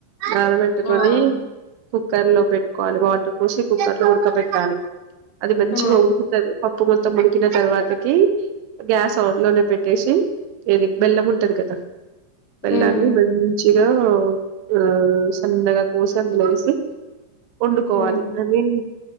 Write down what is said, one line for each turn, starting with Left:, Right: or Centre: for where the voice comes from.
Right: నాన పెట్టుకొని
Left: ఆ! ఆ!
Right: కుక్కర్ లో పెట్టుకోవాలి వాటర్ పోసి కుక్కర్ లో ఉడక పెట్టాలి అది మంచిగా
Left: ఆ!
Right: ఊడుకుతది ఉప్పు మొత్తం ముడికిన తర్వాతకి గ్యాస్ ఆన్ లోనే పెట్టేసి ఏది బెల్లం ఉంటది కదా బెల్లాన్ని
Left: హ్మ్.
Right: మంచి ఉ సన్నగా కోసి అందులో వేసి వండుకోవాలి
Left: హ్మ్.
Right: ఐ మీన్